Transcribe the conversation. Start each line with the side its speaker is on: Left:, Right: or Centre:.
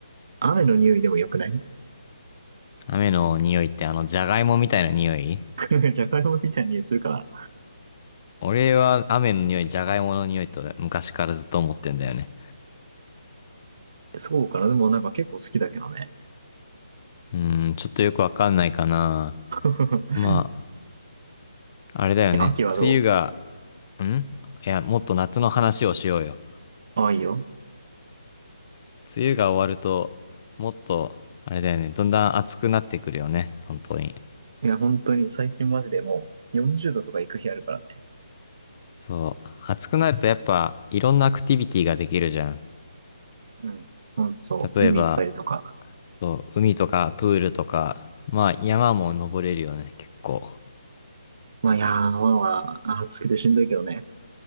Right: 雨の匂いでも良くない
Left: 雨の匂いってあの、じゃがいもみたいな匂い
Right: <laughs> じゃがいも <laughs> みたいな匂いするから。
Left: 俺は雨の匂い、じゃがいもの匂いと昔からずっと思ってんだよね。
Right: そうかな。でもなんか結構好きだけどね。
Left: うーん、ちょっとよくわかんないかな。
Right: <laughs>
Left: まあ、あれだよね。
Right: え秋はど
Left: 梅雨がんいや、もっと夏の話をしようよ。
Right: うああ、いいよ。
Left: 梅雨が終わると、もっと、あれだよね、だんだん暑くなってくるよね、本当に。
Right: いや、本当に最近マジでもう40度とか行く日あるからね。
Left: そう、暑くなるとやっぱ、いろんなアクティビティができるじゃん。
Right: うん。ほんとそう。
Left: 例えば、
Right: 海行ったりとか。
Left: そう海とかプールとか、まあ山も登れるよね、結構。
Right: まあ、いやー、まあまあ、暑くてしんどいけどね。